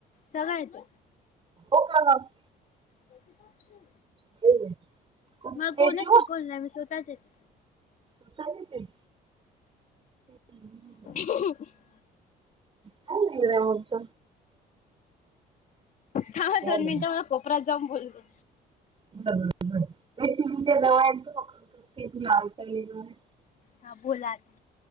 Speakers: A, on the left; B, on the right.
A: सगळं येते.
B: हो का? <unintelligible>
A: कधी <unintelligible>
B: <unintelligible> कस
A: मला
B: काय
A: कोणचं
B: येते हो
A: शिकवलं नाही, मी स्वतःच येते.
B: स्वतः येत? हम्म.
A: <inaudible>
B: चांगलं हाय <unintelligible> मस्त.
A: थांबा दोन
B: मॅडम.
A: मिनिट, मला कोपऱ्यात जाऊन बोलते.
B: बर बर <unintelligible>
A: हा बोला आता.